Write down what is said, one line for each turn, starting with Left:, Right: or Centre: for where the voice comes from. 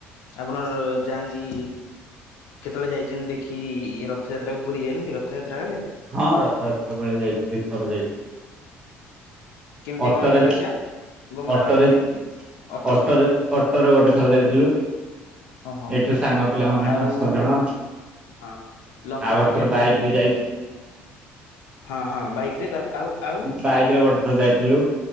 Left: ଆପଣ ଯାଆନ୍ତି। କେତେବେଳେ ଯାଇଛନ୍ତି ଦେଖି ରଥଯାତ୍ରାକୁ ପୁରୀ ଯାଇନାନ୍ତି ରଥଯାତ୍ରା ଏବେ।
Right: ହଁ ରଥଯାତ୍ରା ବେଳେ ଯାଇଛି ଦି ଥର ଯାଇଛି।
Left: କେମିତି
Right: ଅଟୋରେ
Left: କଣ ଯିବା ଆସିବା। ଗମନାଗମନ
Right: ଅଟୋରେ
Left: କେମିତି ଅଟୋ
Right: ଅଟୋରେ ଅଟୋରେ ଗୋଟେ ଥର ଯାଇଥିଲୁ।
Left: ହଁ ହଁ
Right: ଏଇଠୁ
Left: ହଁ
Right: ସାଙ୍ଗ ପିଲା ମାନେ
Left: ଆଉ
Right: ପାଞ୍ଚ ଛଅ ଜଣ
Left: ହଁ ଲଙ୍କାପୋଡି
Right: ଆଉ ଗୋଟେଥର
Left: ଯାତ୍ରା
Right: ବାଇକରେ ଯାଇ
Left: ହଁ ହଁ ବାଇକରେ ତାର ଆଉ ଆଉ
Right: ବାଇକରେ ଗୋଟେ ଥର ଯାଇ ଥିଲୁ।